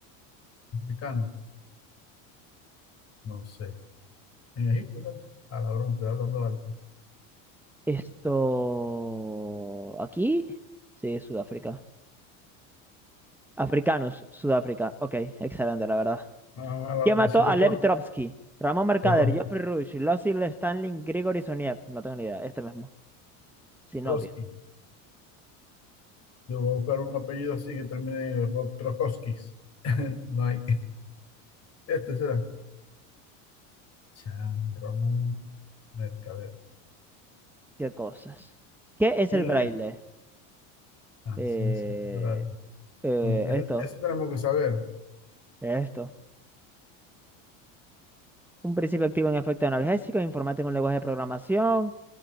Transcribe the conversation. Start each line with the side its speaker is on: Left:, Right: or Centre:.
Left: Africanos. No sé. En Egipto, ¿sabes? A la broma, estoy hablando alto.
Centre: Esto... ¿Aquí? Sí, Sudáfrica. Africanos, Sudáfrica. Ok, excelente, la verdad.
Left: Ah, lo,
Centre: ¿Quién
Left: lo
Centre: mató
Left: hiciste
Centre: a
Left: por,
Centre: Lev Trotsky? Ramón Mercader,
Left: por lógica.
Centre: Geoffrey Rush, Lossy Stanley, Grigori Soniev. No tengo ni idea, este mismo. Sinoviev.
Left: Trotsky. Yo voy a buscar un apellido así que termine en Tro- Troskowskis. <laughs> No hay. Este será. Chan Ramón Mercader.
Centre: Qué cosas. ¿Qué es
Left: ¿Quién
Centre: el braille?
Left: es? Ah,
Centre: Eh,
Left: ciencia natural.
Centre: eh,
Left: Como, eso,
Centre: esto,
Left: eso tenemos que saber.
Centre: esto. Un principio activo en efecto analgésico, informático en un lenguaje de programación,